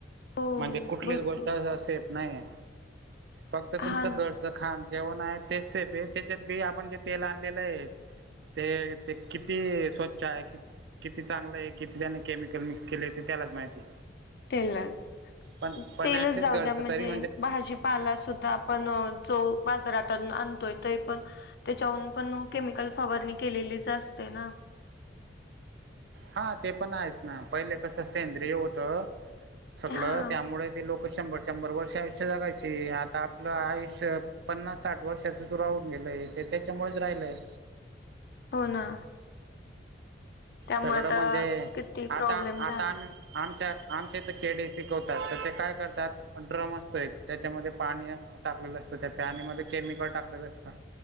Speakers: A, on the left (about 60°); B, on the right (about 70°).
A: हो
B: म्हणजे कुठलीच
A: भरपूर
B: गोष्ट असं सेफ नाही आहे फक्त तुमचं
A: हा ना
B: घरच च खान जेवण आहे ते सेफ आहे त्याच्यात बी आपण जे तेल आणलेलं आहे ते ते किती स्वच्छ आहे किती चांगलं आहे किती त्याने केमिकल मिक्स केले ते त्यालाच माहिती
A: तेललाच
B: पण पण
A: तेलच
B: ऍटलिस्ट
A: जाऊ
B: घरचं
A: द्या म्हणजे
B: तरी
A: भाजी पाला सुद्धा आपण जो बाजारातून आणतोय ते पण त्याच्यावरून पण केमिकल फवारणी केलेलीच असते ना
B: हा ते पण आहेच ना पहिले कसं सेंद्रिय होतं सगळं
A: हा
B: त्यामुळे ते लोक शंभर शंभर वर्ष आयुष्य जगायचे आता आपलं आयुष्य पन्नास साठ वर्षचच राहून गेलंय ते त्याच्यामुळेच राहिलंय.
A: हो ना त्यामुळे
B: सगळं
A: आता
B: म्हणजे
A: किती प्रॉब्लेम
B: आता
A: झाला
B: आता आम्ही आमच्या आमचे तर केडे पिकवतात तर ते काय करतात. ड्रम असतो एक त्याच्यामध्ये पाणी टाकलेलं असतं त्या पॅने मध्ये केमिकल टाकलेलं असतं.